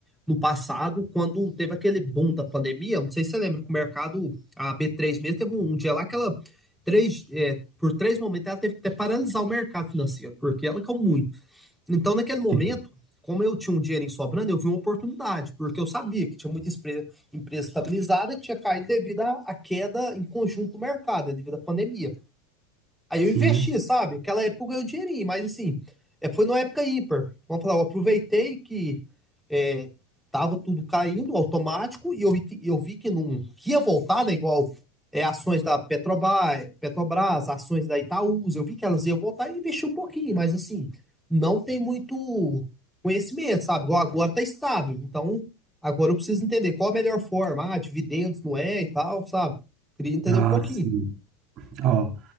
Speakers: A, in the centre; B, on the right.
A: No passado, quando teve aquele boom da pandemia, não sei se você lembra que o mercado, a B3 mesmo, teve um, um dia lá que ela, três, é, por três momentos, ela teve que até paralisar o mercado financeiro, porque ela caiu muito. Então, naquele momento,
B: Sim.
A: como eu tinha um dinheiro sobrando, eu vi uma oportunidade, porque eu sabia que tinha muita espre- empresa estabilizada que tinha caído devido à à queda em conjunto do mercado, né, devido à pandemia. Aí
B: Sim.
A: eu investi, sabe? Aquela época eu ganhei um dinheirinho, mas assim, é, foi numa época ímpar. Vamos falar, eu aproveitei que é, tava tudo caindo automático e eu vi, que- eu vi que não que ia voltar, né? Igual é, ações da Petrobras, Petrobras, ações da Itaúsa, eu vi que elas iam voltar e investi um pouquinho, mas assim, não tem muito conhecimento, sabe? Igual agora tá estável, então agora eu preciso entender qual a melhor forma, ah, dividendos não é e tal, sabe? Queria entender
B: Ah,
A: um pouquinho.
B: sim. Ó,